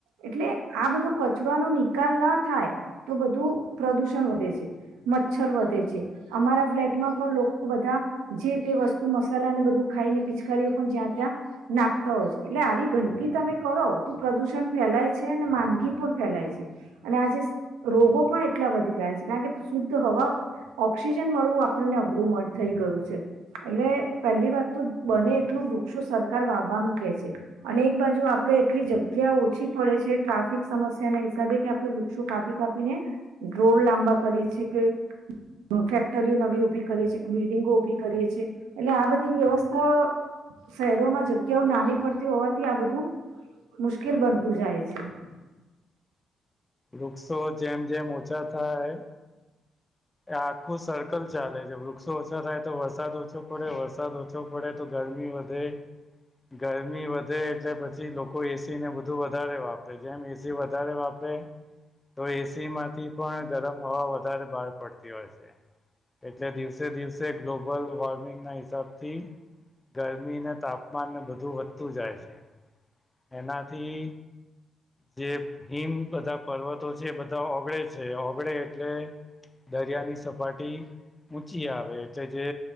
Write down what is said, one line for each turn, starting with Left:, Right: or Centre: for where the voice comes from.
Right: એટલે આ બધો કચરોનો નિકાલ ના થાય તો બધું પ્રદુષણ વધે છે મચ્છર વધે છે અમારા ફ્લેટમાં પણ લોકો બધા જે તે વસ્તુ મસાલાને બધું ખાઈને પિચકારીઓ પણ જ્યાં ત્યાં. નાખતા હો એટલે આવી ગંદકી તમે કરો તો પ્રદુષણ ફેલાય છે અને માંદગી પણ ફેલાય છે અને આજે રોગો પણ એટલા વધી ગયા છે કારણ કે શુદ્ધ હવા ઓક્સિજન મળવું આપણને અઘરું થઈ ગયું છે એટલે પહેલી વાત તો બને એટલું વૃક્ષો સર. વાવવાનું કે છે અને એક બાજુ આપણે એટલી જગ્યા ઓછી પડે છે ટ્રાફિક સમસ્યા ના હિસાબે કે આપડણે વૃક્ષો કાપી કાપીને રોડ લાંબા કરીએ છીએ કે ફેક્ટરીઓ નવી ઉભી કરીએ છીએ કે બિલ્ડિંગો ઉભી કરીએ છેીએ એટલે આ બધી વ્યવસ્થા શહેરોમાં. જગ્યાઓ નાની પડતી હોવાથી આ બધું મુશ્કેલ બનતું જાય છે.
Left: વૃક્ષો જેમ જેમ ઓછા થાય. આખું સર લ ચાલે છે વૃક્ષો ઓછો થાય તો વરસાદ ઓછો પડે વરસાદ ઓછો પડે તો ગરમી વધે ગરમી વધે એટલે પછી લોકો એસી ને બધું વધારે વાપરે જેમ એસી વધારે વાપરે તો એસી માંથી પણ ગરમ હવા વધારે બાર. હોય છે એટલે દિવસે દિવસે ગ્લોબલ વોર્મિંગના હિસાબથી ગરમીને તાપમાનને બધું વધતું જાય છે. એનાથી જે હિમ બધા પર્વતો છે બધા ઓગળે છે ઓગળે એટલે. દરિયાની સપાટી. ઊંચી આવે એટલે જે